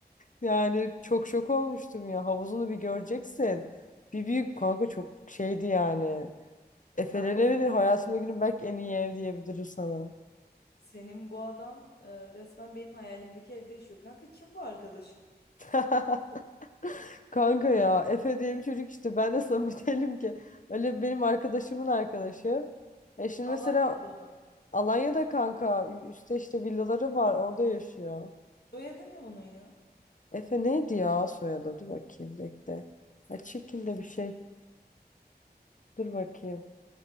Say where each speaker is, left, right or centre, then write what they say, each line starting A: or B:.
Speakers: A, on the left; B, on the left.
A: Yani çok şok olmuştum ya. Havuzunu bir göreceksin. Bir büyük kanka çok şeydi yani. Efe'nin
B: kanka
A: evi
B: se-
A: hayatımda günün belki en iyi ev diyebilirim sana.
B: senin bu adam e, resmen benim hayalimdeki evde yaşıyor. Kanka kim bu arkadaşın?
A: <laughs> Kanka ya Efe diye bir çocuk işte ben de samimi değilim <laughs> ki. Öyle benim arkadaşımın arkadaşı. E şimdi
B: Alanya'da
A: mesela
B: mı?
A: Alanya'da kanka üstte işte villaları var orada yaşıyor.
B: Soyadı ne bunun ya?
A: Efe neydi ya soyadı? Dur bakayım bekle. Ha, çirkin de bir şey. Dur bakayım.